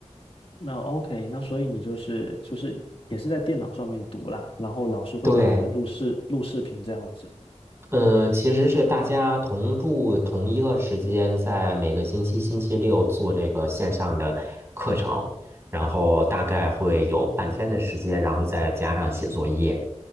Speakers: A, on the left (about 50°); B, on the right (about 20°).
A: 那 OK，那所以你就是就是也是在电脑上面读啦，然后老师会给你们录视录视频这样子。
B: 对，嗯，其实是大家同步同一个时间，在每个星期星期六做这个线上的课程，然后大概会有半天的时间，然后再加上写作业。